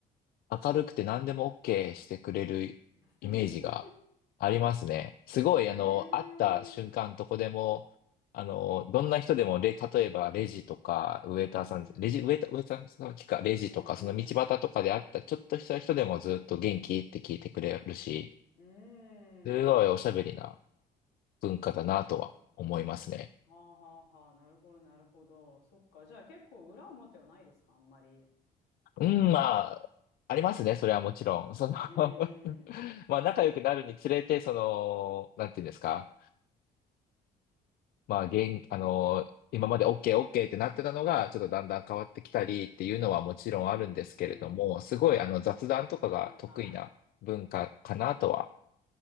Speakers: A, on the left; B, on the left.
A: 明るくて何でも OK してくれるイメージがありますね。
B: <laughs>
A: すごい、
B: へえ。
A: あの、会った瞬間どこでも、あの、どんな人でも、レ、例えばレジとか、ウェイターさん、
B: うん
A: レジ、
B: うん。
A: ウェイター、ウェイターさんの時か、レジとか、
B: うん
A: その道端とかで会ったちょっとした人でもずっと元気って聞いてくれるし、
B: うん。うん。
A: すごいおしゃべりな文化だなとは思いますね。
B: はあはあはあ。なるほど、なるほど。そっか。じゃあ結構裏表はないですかあんまり。
A: うん、まあ、ありますね、それはもちろん。その
B: うん
A: <laughs>
B: うん。
A: まあ、仲良くなるにつれて、その、なんていうんですか、まあ、現、あの、
B: うん。
A: 今まで OK、OK ってなってたのが、ちょっとだんだん変わってきたりっていうのはもちろんあるんですけれども、
B: うん。
A: すごいあの雑談とかが得意な文化かなとは、
B: はいはい。